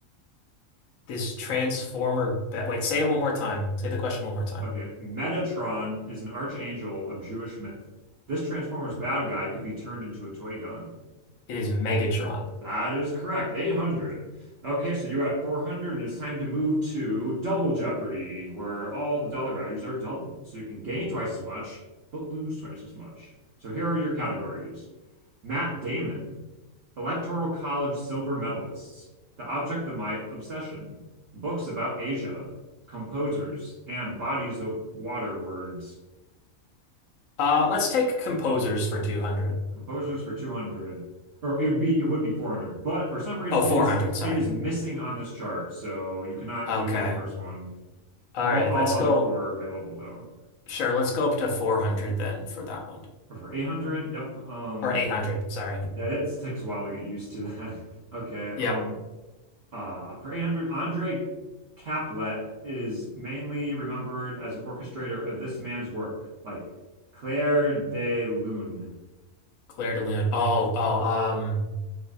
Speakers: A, on the left (about 75°); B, on the right (about 55°).
A: This Transformer be- Wait, say it one more time. Say the question one more time.
B: Okay, Metatron is an archangel of Jewish myth. This Transformers bad guy could be turned into a toy gun.
A: It is Megatron.
B: That is correct. 800. Okay, so you're at 400, and it's time to move to Double Jeopardy, where all the dollar values are double. So you can gain twice as much, but lose twice as much. So here are your categories. Matt Damon, Electoral College silver medalists, The Object of My Obsession, books about Asia, composers, and bodies of water words.
A: Uh, let's take composers for 200.
B: Composers for 200, or it would be it would be 400, but for some reason
A: Oh, 400,
B: it is
A: sorry.
B: it is missing on this chart, so you cannot
A: Okay.
B: do the first one.
A: All
B: All
A: right,
B: all
A: let's
B: other
A: go.
B: four are available though.
A: Sure, let's go up to 400 then for that one.
B: Or for 800, yep. Um,
A: Or 800, sorry.
B: yeah, that- it takes a while to get used to that. <laughs> Okay.
A: Yeah,
B: Um, uh, for 800, Andre Caplet is mainly remembered as an orchestrator of this man's work, like Clair de Lune.
A: Claire de Lune. Oh, oh, um,